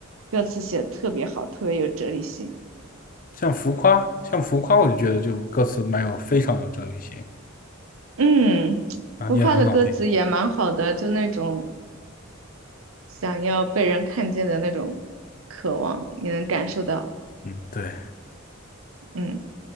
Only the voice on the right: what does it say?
歌词写的特别好，特别有哲理性。
嗯，
浮夸的歌词也蛮好的，
就那种想要被人看见的那种渴望，你能感受到。
嗯，